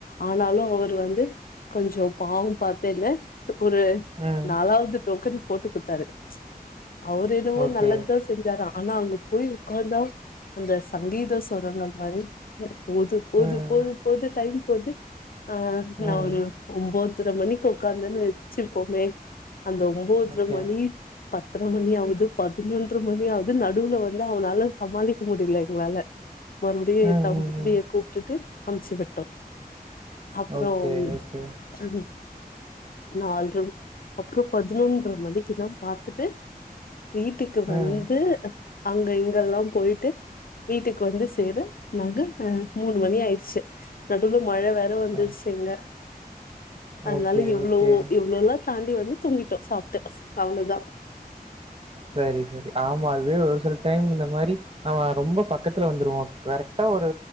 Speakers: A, on the left (about 65°); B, on the right (about 40°).
A: ஆனாலு அவரு வந்து கொஞ்சோ பாவம் பாத்து என்ன ஒரு
B: ம்
A: நாலாவது டோக்கன் போட்டு குடுத்தாரு அவரு என்னவோ
B: ஓகே
A: நல்லது தா செஞ்சாரா ஆனா அங்க போய் உக்காந்த அந்த சங்கீத சொரங்கள் மாறி போது போது
B: ம்
A: போது போது டைம் போது அ
B: ம்
A: நா ஒரு ஒம்போதரை மணிக்கு உக்காந்தன்னு வச்சுப்போமே அந்த ஒம்போதரை
B: ஓகே
A: மணி பத்தரை மணியாவது பதினொன்றை மணியாவது நடுவுல வந்து அவனால சமாளிக்க முடியல எங்களால மறுபடியு
B: ம்
A: என் தம்பிய
B: ம் ம்
A: கூப்ட்டுட்டு அமுச்சி விட்டோ அப்பறோ
B: ஓகே,
A: ம்
B: ஓகே.
A: ம் நால் ரவுண் அப்றோ பதினொன்றரை மணிக்குதா பாத்துட்டு வீட்டுக்கு வந்து
B: ம்.
A: அங்க இங்கெல்லா போயிட்டு வீட்டுக்கு வந்து சேர நாங்க அ மூணு மணி ஆயிடுச்சு நடுவுல மழை வேற வந்துருச்சுங்க
B: அ.
A: அதனால
B: ஓகே,
A: இவ்ளோ
B: ஓகே.
A: இவ்ளோல்லா தாண்டி வந்து தூங்கிட்டோ சாப்ட்டு அவ்ளோதா
B: சரி சரி ஆமா அது ஒரு சில டைம் இந்த மாறி நம்ம ரொம்ப பக்கத்துல வந்துருவோ கரெக்டா ஒரு